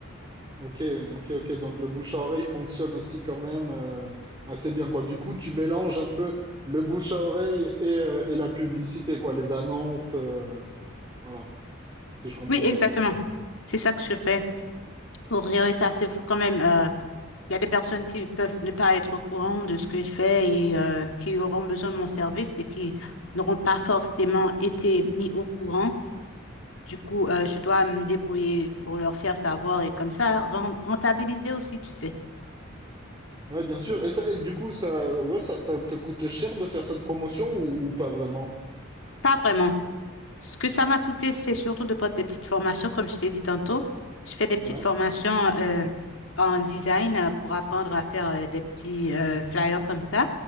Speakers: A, on the right; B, on the left.
A: Ok, ok, ok. Donc le bouche à oreille fonctionne aussi quand même euh, assez bien, quoi. Du coup, tu mélanges un peu le bouche à oreille et, euh, et la publicité, quoi, les annonces, euh, voilà, si je comprends
B: Oui, exactement.
A: bien.
B: C'est ça que je fais pour gérer ça. C'est faut quand même. euh, Il y a des personnes qui peuvent ne pas être au courant de ce que je fais et euh, qui auront besoin de mon service et qui n'auront pas forcément été mis au courant. Du coup, euh, je dois me débrouiller pour leur faire savoir et comme ça, ren- rentabiliser aussi, tu sais.
A: Ouais, bien sûr. Et, ça, et du coup, ça, ouais, ça, ça te coûte cher de faire cette promotion ou, ou pas vraiment?
B: Pas vraiment. Ce que ça m'a coûté, c'est surtout de prendre des petites formations, comme je t'ai dit tantôt. Je fais des petites
A: Ouais.
B: formations euh, en design euh, pour apprendre à faire euh, des petits euh, flyers comme ça.